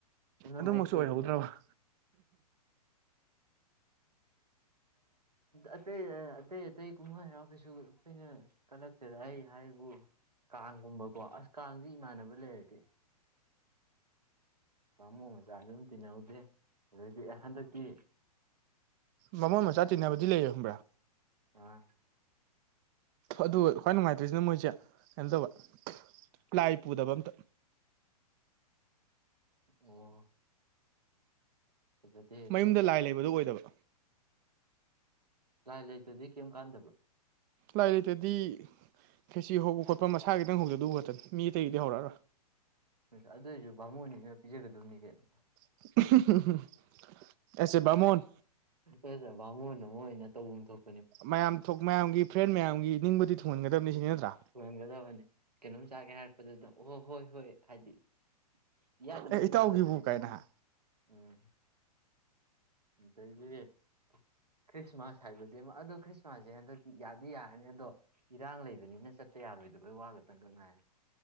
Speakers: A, on the right; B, on the right.
A: ꯄꯨꯟꯅ
B: ꯑꯗꯨꯃꯛꯁꯨ
A: ꯃꯥꯥꯏ ꯆꯣꯗꯗꯅꯤ
B: ꯑꯣꯏꯍꯧꯗ꯭ꯔꯕ
A: ꯑꯇꯩ ꯑꯇꯩ ꯑꯇꯩ ꯀꯨꯝꯍꯩ ꯍꯔꯥꯎ ꯀꯩꯁꯨ ꯑꯩꯈꯣꯏꯅ ꯀꯂꯛꯇꯦꯗ ꯑꯩ ꯍꯥꯏꯕꯨ ꯀꯥꯡꯒꯨꯝꯕꯀꯣ ꯑꯁ ꯀꯥꯡꯖꯤ ꯏꯃꯥꯟꯅꯕ ꯂꯩꯔꯗꯤ ꯕꯥꯃꯣꯟ ꯃꯆꯥꯁꯨ ꯑꯗꯨꯝ ꯇꯤꯟꯅꯍꯧꯗꯦ ꯑꯗꯩꯗꯤ ꯍꯟꯗꯛꯇꯤ
B: ꯕꯃꯣꯟ ꯃꯆꯥ ꯇꯤꯟꯅꯕꯗꯤ ꯂꯩ ꯈꯪꯕ꯭ꯔꯥ
A: ꯑꯥ
B: ꯑꯗꯨ ꯈ꯭ꯋꯥꯏ ꯅꯨꯡꯉꯥꯏꯇ꯭ꯔꯤꯁꯤꯅ ꯃꯣꯏꯁꯦ ꯀꯩꯅꯣ ꯇꯧꯕ <unintelligible> ꯄꯂꯥꯏ ꯄꯨꯗꯕ ꯑꯃꯇ
A: ꯑꯣ ꯐꯖꯗꯦ ꯑꯗꯨꯗꯤ
B: ꯃꯌꯨꯝꯗ ꯂꯥꯏ ꯂꯩꯕꯗꯣ ꯑꯣꯏꯗꯕ
A: ꯂꯥꯏ ꯂꯩꯇꯗꯤ ꯀꯩꯝ ꯀꯥꯟꯗꯕ꯭ꯔꯥ
B: ꯂꯥꯏ ꯂꯩꯇꯗꯤ ꯈꯦꯆꯤ ꯍꯧꯕ ꯈꯣꯠꯄ ꯃꯁꯥꯒꯤꯈꯤꯇꯪ ꯍꯧꯖꯗꯨꯕ ꯈꯛꯇꯅꯤ ꯃꯤ ꯑꯇꯩꯒꯤꯗꯤ ꯍꯧꯔꯛ ꯑꯔꯣꯏ
A: ꯑ‌ꯦ ꯑꯗꯨ ꯑꯣꯏꯖꯨ ꯕꯥꯥꯃꯣꯜ ꯅꯤꯅ ꯄꯤꯖꯒꯗꯕꯅꯤ ꯀꯩꯅꯣ
B: <unintelligible> ꯑꯦꯁ ꯑꯦ ꯕꯃꯣꯟ
A: ꯑꯦꯁ ꯑꯦ ꯕꯥꯃꯣꯟ ꯑꯃ ꯑꯣꯏꯅ ꯇꯧꯐꯝ ꯊꯣꯛ
B: ꯃꯌꯥꯝ ꯊꯨꯡ ꯃꯌꯥꯝꯒꯤ ꯐ꯭ꯔꯦꯟ ꯃꯌꯥꯝꯒꯤ ꯅꯤꯡꯕꯗꯤ ꯊꯨꯡꯍꯟꯒꯗꯕꯅꯤ ꯁꯤꯅꯤ ꯅꯠꯇ꯭ꯔꯥ
A: ꯊꯨꯡꯍꯟꯒꯗꯕꯅꯤ ꯀꯩꯅꯣꯝ ꯆꯥꯒꯦ ꯍꯥꯏꯔꯛꯄꯗ ꯗꯨꯝ ꯍꯣ ꯍꯣꯏ ꯍꯣꯏ ꯍꯥꯏꯗꯤ ꯏꯌꯥꯗ
B: ꯑꯦ
A: ꯃꯛ
B: ꯏꯇꯥꯎꯒꯤꯕꯨ
A: ꯌꯥꯗꯕꯅꯦꯕ
B: ꯀꯥꯏꯅ
A: ꯃꯣꯏꯒꯤ
B: ꯍꯥ
A: ꯎꯝ ꯑꯗꯩꯗꯤ ꯈ꯭ꯔꯤꯁꯃꯥꯁ ꯍꯥꯏꯕꯖꯦꯃ ꯑꯗꯣ ꯈ꯭ꯔꯤꯁꯃꯥꯁꯖꯦ ꯍꯟꯗꯛꯇꯤ ꯌꯥꯗꯤ ꯌꯥꯔꯅꯤ ꯑꯗꯣ ꯏꯔꯥꯡ ꯂꯩꯕꯅꯤꯅ ꯆꯠꯄ ꯌꯥꯔꯣꯏꯗꯕꯩ ꯋꯥ ꯈꯇꯪꯒ ꯉꯥꯏꯔꯦ